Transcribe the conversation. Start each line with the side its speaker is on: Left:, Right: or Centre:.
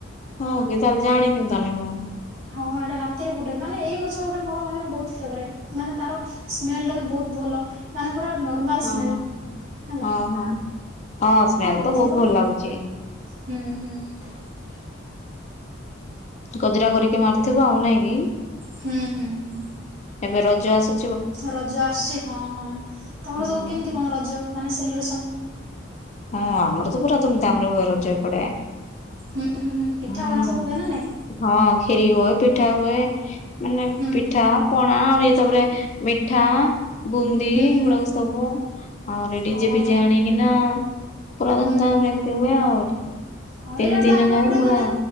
Left: ହଁ କି ତାହେଲେ ଜାଣିନି ତାହେଲେ ମୁଁ।
Right: ହଁ ଏଇଟା ରାତିରେ ଫୁଟେ ମାନେ ଏଇ ଗଛ ଗୋଟେ ମୋର ମାନେ ବହୁତ ଫେବରାଇଟ୍ ମାନେ ତାର ସ୍ମେଲ ଟା ବି ବହୁତ ଭଲ ମାନେ ପୁରା ନର୍ମାଲ
Left: ହଁ।
Right: ସ୍ମେଲ ହେଲା।
Left: ହଁ ହଁ ହଁ ସ୍ମେଲ
Right: କଣ ଗୋଟେ
Left: ତ ବହୁତ
Right: ଥିବ
Left: ଭଲ
Right: ନା
Left: ଲାଗୁଚି।
Right: ହୁଁ ହୁଁ।
Left: ଗଜରା କରିକି ମାରିଥିବ ଆଉ ନାଇଁ କି।
Right: ହୁଁ ହୁଁ ହୁଁ।
Left: ଏବେ ରଜ ଆସୁ
Right: ରଜ ଆସୁଛି ହଁ ହଁ ତମର
Left: ହୁଁ
Right: ସବୁ କେମିତି କଣ ରଜ ମାନେ ସେଲିବ୍ରେସନ
Left: ହଁ ଆମର ତ ପୁରା ଧୁମ ଧାମରେ ହୁଏ ରଜ ଏପଟେ।
Right: ହୁଁ ହୁଁଁ ପିଠାପଣା
Left: ହୁଁ।
Right: ସବୁ ହୁଏ ନା ନାଇଁ?
Left: ହଁ ଖୀରି ହୁଏ ପିଠା ହୁଏ ମାନେ
Right: ହୁଁ
Left: ପିଠା
Right: ହୁଁ
Left: ପଣା ଆହୁରି ଏସବୁରେ ମିଠା ବୁନ୍ଦି
Right: ହୁଁ ହୁଁ
Left: ଏଗୁଡାକ
Right: ହୁଁ
Left: ସବୁ ଆହୁରି
Right: ହଁ
Left: ଡିଜେ ଫିଜେ ଆଣିକିନା ପୁରା ଧୁମଧାମ
Right: ହୁଁ ହୁଁ
Left: ରେ
Right: ହୁଁ
Left: ଏମିତି ହୁଏ ଆଉ।
Right: ହଁ
Left: ତିନି
Right: ଏଇଟା ଗୋଟେ
Left: ଦିନ
Right: ଆମ ପାଇଁ
Left: ଯାଇ
Right: ଗୋଟେ
Left: ପୁରା
Right: ମାନେ